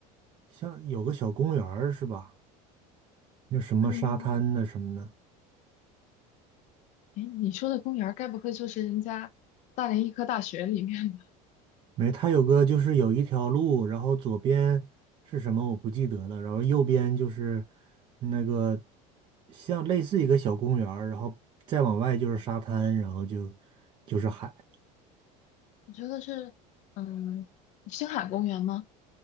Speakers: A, on the right; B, on the left.
A: 像有个小公园儿是吧？那什么沙滩的什么的，
B: 嗯，哎，你说的公园儿该不会就是人家大连医科大学里面的？
A: 没，它有个就是有一条路，然后左边是什么我不记得了，然后右边就是那个像类似一个小公园儿然后再往外就是沙滩，然后就就是海。
B: <laughs> 你说的是嗯星海公园吗？